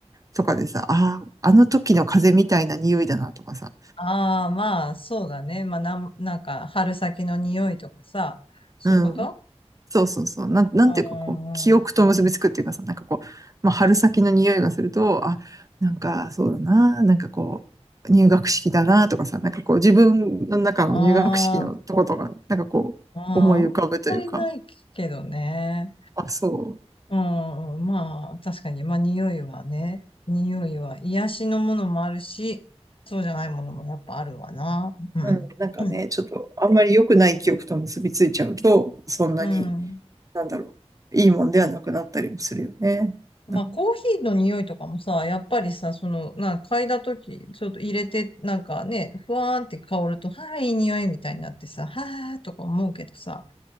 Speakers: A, on the right; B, on the left.
A: とかでさ、ああ、あの時の風みたいな匂いだなとかさ、
B: ああ、まあ、そうだね。まあ、なん、なんか、春先の匂いとかさ、そういうこと
A: うん、そうそうそう。なん、なんていうかこう、
B: うん。あ
A: 記憶と結びつくっていうかさ、
B: ー
A: なんかこう、まあ、春先の匂いがすると、あ、なんかそうだな、なんかこう、入学式だなとかさ、なんかこう、自分の中の入学式のとことか、
B: ま
A: なんかこう、
B: あー、
A: 思い浮かぶというか、
B: あんまりないけどね。
A: あ、そう。
B: うん、まあ、確かに、まあ、匂いはね、匂いは癒しのものもあるし、そうじゃないものもやっぱあるわな。うん。
A: うん、なんかね、
B: <clears throat>
A: ちょっと、あんまり良くない記憶と結びついちゃうと、そんなに、
B: うん。
A: なんだろう、いいもんではなくなったりもするよね。
B: まあ、
A: なんか、
B: コーヒーの匂いとかもさ、やっぱりさ、その、なんか嗅いだとき、ちょっと入れて、なんかね、ふわーんって香ると、はい、いい匂いみたいになってさ、はーとか思うけどさ、